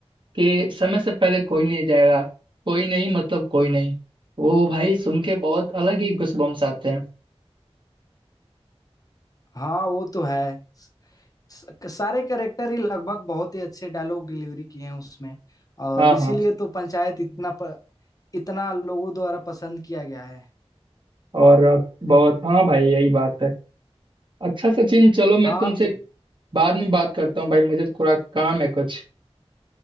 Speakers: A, on the right (about 50°); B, on the left (about 35°).
A: कि समय से पहले कोई नहीं जाएगा कोई नहीं मतलब कोई नहीं वो भाई सुन के बहुत अलग ही गूजबम्स आते हैं
B: हाँ वो तो है स- सारे कैरेक्टर ही लगभग बहुत ही अच्छे डायलॉग डिलीवरी किए हैं उसमें और
A: हाँ
B: इसीलिए
A: हाँ
B: तो पंचायत इतना प, इतना लोगों द्वारा पसंद किया गया है
A: और बहुत हाँ भाई यही बात है अच्छा सचिन चलो मैं
B: हाँ
A: तुमसे
B: तो
A: बाद में बात करता हूँ भाई मुझे थोड़ा काम है कुछ